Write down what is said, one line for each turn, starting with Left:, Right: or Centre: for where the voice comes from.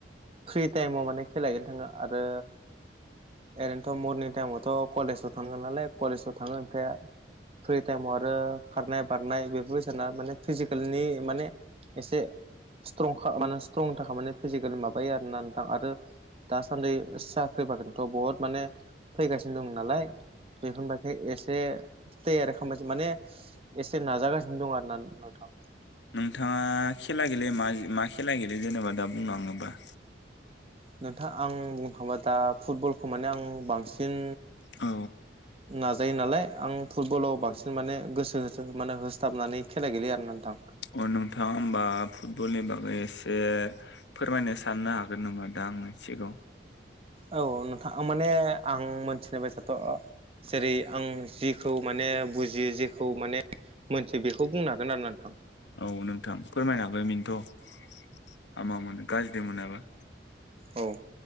Right: फ्रि टाइमाव माने खेलायगोन थाङो आरो ओरैनोथ' मरनिं टाइमाव थ' कलेजाव थाङोन नालाय कलेजाव थाङो ओमफ्राय फ्रि टाइमाव आरो खारनाय बारनाय बेफोर साना माने फिजिकेलनि माने एसे स्ट्रं मे स्ट्रंनि थाखाय माने फिजिकेलि माबायो आरोना नोंथां आरो दासान्दि साख्रि बाखोनथ' बहुत माने फैगासिनो दं नालाय बेखौबाख एसे थे आरो खालामबायसो माने एसे नाजागासिनो दं आरो ना नोंथां।
Left: नोंथाङा खेला गेले म मा खेला गेले जेनेबा दा बुंनो थाङोबा
Right: नोंथाङ आं बुंनो थाङोबा दा फुटबलखौ माने आं बांसिन
Left: औ।
Right: नाजायो नालाय आं फुटबलाव बांसिन माने गोसो हो माने होसथाबनानै खेला गेलेयो आरो नोंथां।
Left: अ नोंथाङा होमबा फुटबलनि बागै एसे फोरमायनो साननो हागोन नामा दा आङो सिगाङाव
Right: औ नोंथां माने आं मोनथिनाय ब जाथ' जेरै आं जि माने बुजियो जेखौ माने मोनथियो बेखौ बुंनो हागोन आरो ना नोंथां।
Left: औ नोंथां फोरमायनो हाबायमोननोथ' हामा मोनो गाज्रिजों मोनाबा
Right: औ